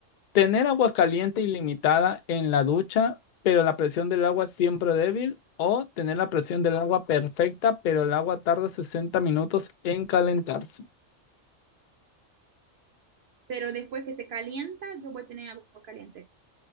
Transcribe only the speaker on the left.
¿Tener agua caliente ilimitada en la ducha, pero la presión del agua siempre débil? ¿O tener la presión del agua perfecta, pero el agua tarda 60 minutos en calentarse?